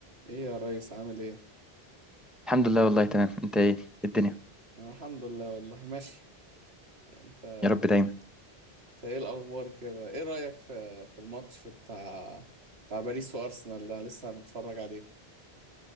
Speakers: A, on the right; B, in the centre.
A: ايه يا ريس عامل ايه
B: الحمد لله والله تمام انت ايه إيه الدنيا
A: انا الحمد لله والله ماشي انت
B: يا رب دايما
A: إنت ايه الاخبار كده ايه رايك في في الماتش بتاع بتاع باريس وارسنال ده أنا لسه متفرج عليه